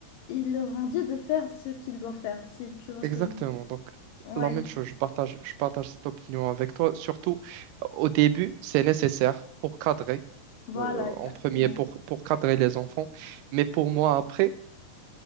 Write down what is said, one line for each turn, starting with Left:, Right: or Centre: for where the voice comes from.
Left: il leur en dit de faire ce qu'il doit faire, si tu vois ce
Right: Exactement.
Left: que je veux dire.
Right: Donc,
Left: Ouais,
Right: la même chose, je partage, je partage cette opinion avec toi. Surtout, au début, c'est nécessaire pour cadrer.
Left: voilà,
Right: euh,
Left: exactement.
Right: en premier pour, pour cadrer les enfants. Mais pour moi, après,